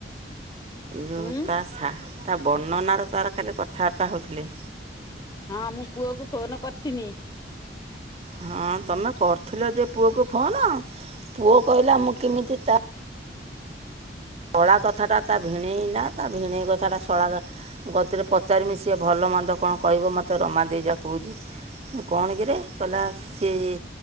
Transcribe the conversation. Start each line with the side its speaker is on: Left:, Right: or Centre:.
Right: ଯୋଉ
Left: ହୁଁ
Right: ତା ସା ତା ବର୍ଣ୍ଣନାର ତାର କାଲି କଥାବାର୍ତ୍ତା ହଉଥିଲେ।
Left: ହଁ ମୁଁ ପୁଅ କ ଫୋନ କରିଥିନି।
Right: ହଁ ତମେ କରିଥିଲ ଯେ ପୁଅକୁ ଫୋନ ପୁଅ କହିଲା ମୁଁ କେମିତି ତା ଶଳା କଥା ଟା ତା ଭିଣେଇ ନା ତା ଭିଣେଇ କଥାଟା ଶଳା ଗତିରେ ପଚାରିମିଶି ଭଲ ମନ୍ଦ କଣ କହିବ ମୋତେ ରମା ଦେଇ ଯା କହୁଛି। କଣ କିରେ କହିଲା ସିଏ